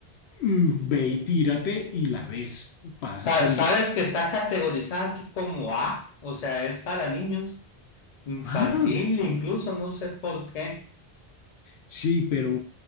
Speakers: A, on the left; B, on the left.
A: mm, ve y tírate y la ves y pasas
B: Sa-
A: el...
B: sabes
A: rato.
B: que está categorizada aquí como A, o sea, es para niños, infantil
A: Ah,
B: incluso, no sé por qué,
A: Sí, pero,